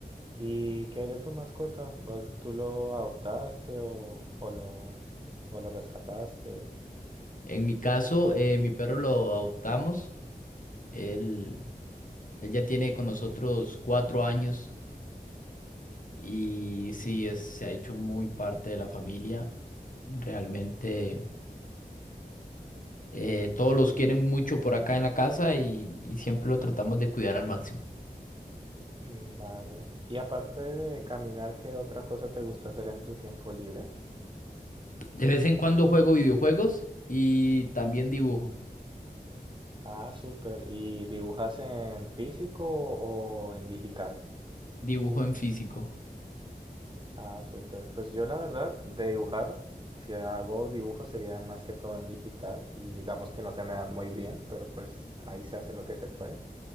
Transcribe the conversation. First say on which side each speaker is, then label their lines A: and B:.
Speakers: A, on the right; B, on the left.
A: ¿Y qué hay de tu mascota? ¿Lo- ¿Tú lo adoptaste o, o lo, o lo rescataste?
B: En mi caso, eh, mi perro lo adoptamos. Él, él ya tiene con nosotros cuatro años y sí, es, se ha hecho muy parte de la familia. Realmente eh, todos los quieren mucho por acá en la casa y, y siempre lo tratamos de cuidar al máximo.
A: Mm, Vale. Y aparte de caminar, ¿qué otra cosa te gusta hacer en tu tiempo libre?
B: De vez en cuando juego videojuegos y también dibujo,
A: Ah, súper. ¿Y dibujas en físico o en digital?
B: dibujo en físico.
A: Ah, súper. Pues yo la verdad, de dibujar, si hago dibujo sería más que todo en digital y digamos que no se me dan muy bien, pero pues ahí se hace lo que se puede.